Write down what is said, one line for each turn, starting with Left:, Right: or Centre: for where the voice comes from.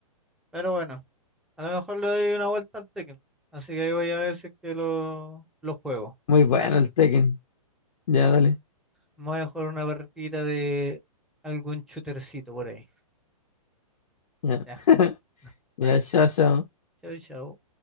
Centre: Pero bueno, a lo mejor le doy una vuelta al Tekken. Así que ahí voy a ver si es que lo, lo juego.
Left: Muy bueno
Centre: ¿Dale?
Left: el Tekken. Ya, dale.
Centre: Me Voy a jugar una partida de algún shootercito por ahí.
Left: Ya,
Centre: Ya,
Left: <laughs> ya,
Centre: dale.
Left: chao, chao.
Centre: Chau, chau.